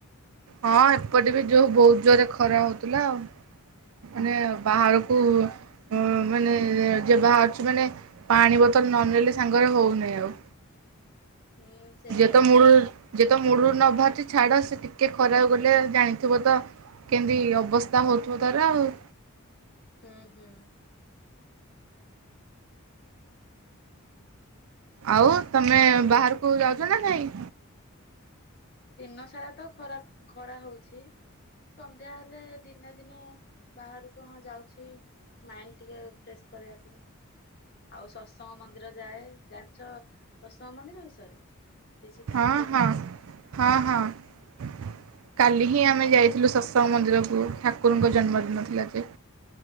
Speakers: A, on the right; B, on the left.
A: ହଁ ଏପଟେ ବି ଯୋଉ ବହୁତ ଜୋରରେ ଖରା ହଉଥିଲା ଆଉ ମାନେ ବାହାରକୁ ମାନେ ଯ ବାହାରୁଛି ମାନେ ପାଣି ବୋତଲ ନ ନେଲେ ସାଙ୍ଗରେ ହଉ ନାହିଁ ଆଉ।
B: ହୁଁ ସେଇଆ।
A: ଯିଏ ତ ମୂଳରୁ ଯିଏ ତ ମୂଳରୁ ନ ବାହାରିଛି ଛାଡ ସେ ଟିକେ ଖରା କୁ ଗଲେ ଜାଣିଥିବ ତ କେମିତି ଅବସ୍ଥା ହେଉଥିବ ତାରା ଆଉ।
B: ହୁଁ ହୁଁ।
A: ଆଉ ତମେ ବାହାରକୁ ଯାଉଛ ନା ନାଇଁ?
B: ଦିନ ସାରା ତ ଖରା ଖରା ହଉଛି। ସନ୍ଧ୍ୟା ସନ୍ଧ୍ୟା ହେଲେ ଦିନେ ଦିନେ ବାହାର କୁ ହଁ ଯାଉଛି। ମାଇଣ୍ଡ ଟିକେ ଫ୍ରେଶ କରିବାକୁ। ଆଉ ସତସଙ୍ଗ ମନ୍ଦିର ଯାଏ। ଜାଣିଛ ସତସଙ୍ଗ ମନ୍ଦିର ବିଷୟରେ? ଶ୍ରୀ ଶ୍ରୀ ଠାକୁରଙ୍କୁ
A: ହଁ ହଁ ହଁ ହଁ କାଲି
B: ଓହୋ
A: ହିଁ ଆମେ ଯାଇଥିଲୁ ସତ୍ ସଙ୍ଗ ମନ୍ଦିରକୁ। ଠାକୁରଙ୍କ ଜନ୍ମଦିନ ଥିଲା ଯେ।